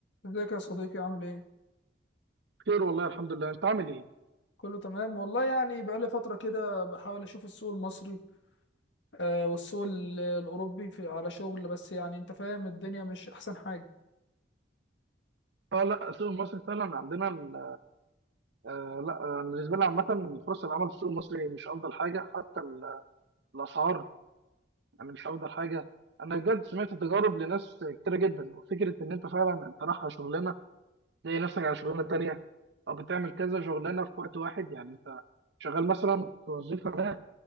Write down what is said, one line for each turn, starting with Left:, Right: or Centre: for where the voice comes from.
Left: ازيك يا صديقي عامل ايه؟
Right: خير والله الحمد لله انت عامل ايه؟
Left: كله تمام والله يعني بقالي فترة كده بحاول اشوف السوق المصري آه، والسوق ال- الاوروبي في على شغل بس يعني انت فاهم الدنيا مش احسن حاجة
Right: اه لا السوق المصري فعلا عندنا ال- آه لا آه، بالنسبه لي عامه فرص العمل في السوق المصري مش افضل حاجه حتى ال- الاسعار يعني مش افضل حاجه انا بجد سمعت تجارب لناس كتيره جدا وفكره ان انت فعلا انت رايح على شغلانه تلاقي نفسك على شغلانه تانيه او بتعمل كذا شغلانه في وقت واحد يعني انت شغال مثلا في الوظيفه ده